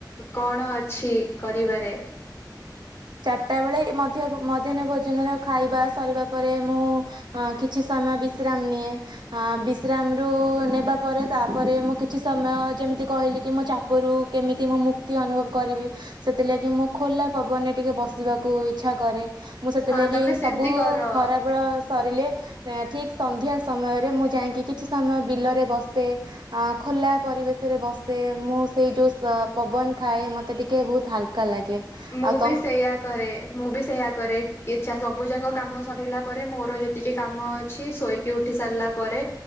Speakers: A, on the left; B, on the right.
A: କଣ ଅଛି କରିବାରେ?
B: ଚାରିଟା ବେଳେ ମଧ୍ୟାହ୍ନ ଭୋଜନର ଖାଇବା ସରିବା ପରେ ମୁଁ କିଛି ସମୟ ବିଶ୍ରାମ ନିଏ ବିଶ୍ରାମରୁ ନେବା ପରେ ତାପରେ ମୁଁ କିଛି ସମୟ ଯେମିତି କହିଲି କି ମୋ ଚାପରୁ କେମିତି ମୁଁ ମୁକ୍ତି ଅନୁଭବ କରିବି ସେଥିଲାଗି ମୁଁ ଖୋଲା ପବନ ଟିକେ ବସିବାକୁ ଇଚ୍ଛା କରେ। ମୁଁ ସେଥିଲାଗି
A: ହଁ ତମେ
B: ସବୁ
A: ସେମିତି କର
B: ଖରାବେଳ ସରିଲେ ଠିକ ସନ୍ଧ୍ୟା ସମୟରେ ମୁଁ ଯାଇକି କିଛି ସମୟ ବିଲରେ ବସେ ଅ ଖୋଲା ପରିବେଶରେ ବସେ ମୁଁ ସେଇ ଯୋଉ ପବନ ଖାଏ ମତେ ଟିକେ ବହୁତ ହାଲକା ଲାଗେ।
A: ମୁଁ
B: ଆଉ
A: ବି ସେଇଆ କରେ ମୁଁ ବି ସେୟଆ କରେ ଇଚ୍ଛା ସବୁଜାଙ୍କ କାମ ସରିଲା ପରେ ମୋର ଯେତିକି କାମ ଅ ଅଛି ଶୋଇକି ଉଠି ସାରିଲା ପରେ